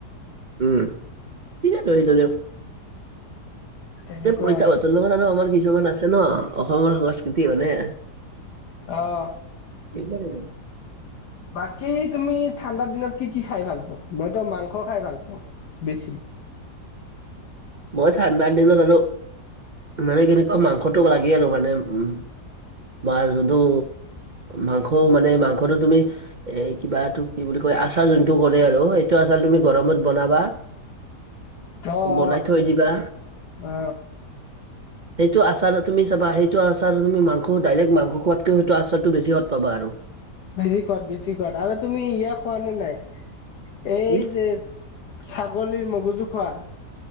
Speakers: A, on the right (about 60°); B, on the left (about 75°).
A: উম। কি জানো এইডালে
B: তেনেকুৱাই
A: এই পইতা ভাতৰ লগত আৰু আমাৰ কিছুমান আছে ন, অসমৰ সংস্কৃতি মানে।
B: অঁ।
A: <unintelligible>
B: বাকী তুমি ঠাণ্ডা দিনত কি কি খাই ভাল পোৱা? মইতো মাংস খাই ভাল পাওঁ বেছি।
A: মই ঠাণ্ডাৰ দিনত আৰু মানে কেনেকুৱা মাংসটো লাগি আৰু মানে উম। বাৰ যোনটো মাংস মানে মাংসটো তুমি এ কিবাটো কি বুলি কয় আচাৰ যোনটো কৰে আৰু সেইটো আচাৰ তুমি গৰমত বনাবা
B: ত'
A: বনাই থৈ দিবা।
B: অ
A: সেইটো আচাৰো তুমি চাবা, সেইটো আচাৰ তুমি মাংস ডাইৰেক্ট মাংস খোৱাতকেও সেইটো আচাৰটো বেছি সোৱাদ পাবা আৰু।
B: বেছি সোৱাদ, বেছি সোৱাদ। আৰু তুমি ইয়া খোৱা নে নাই এই
A: কি
B: যে ছাগলীৰ মগজু খোৱা?